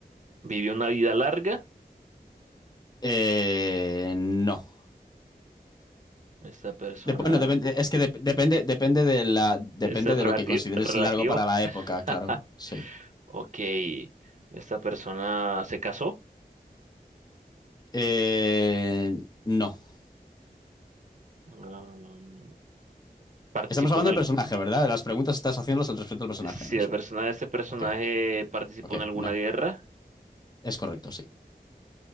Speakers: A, on the right; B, on the left.
A: vivió una vida larga.
B: Eh, no.
A: Esta persona
B: Dep- bueno, depende- es que dep- depende, depende de la, depende
A: este es
B: de
A: relativo.
B: lo que consideres
A: relativo.
B: largo para la época,
A: <laughs>
B: claro. Sí.
A: Ok. Esta persona se casó.
B: Eh, no.
A: Um, participó
B: Estamos hablando
A: en
B: del personaje, ¿verdad? De las preguntas estás haciéndolas al respecto del personaje
A: Si
B: ahora mismo.
A: el personaje de este personaje
B: Ok,
A: participó
B: ok,
A: en alguna
B: no.
A: guerra,
B: Es correcto, sí.